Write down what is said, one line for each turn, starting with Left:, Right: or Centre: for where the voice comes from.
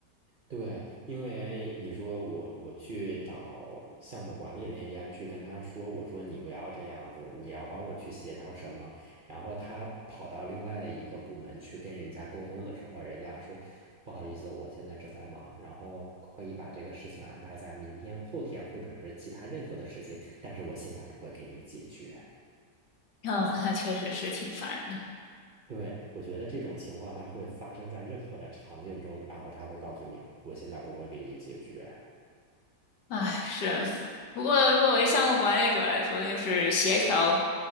Right: 对，因为你说我我去找项目管理那边去跟他说，我说你不要这样子，你要帮我去协调什么，然后他跑到另外的一个部门去跟人家沟通的时候，人家说不好意思，我现在正在忙，然后可以把这个事情安排在明天、后天或者是其他任何的时间，但是我现在不会给你解决。
Left: 哦，那确实是挺烦的。
Right: 对，我觉得这种情况它会发生在任何的场景中，然后他会告诉你，我现在不会给你解决。
Left: 唉，是。不过作为项目管理者来说，就是协调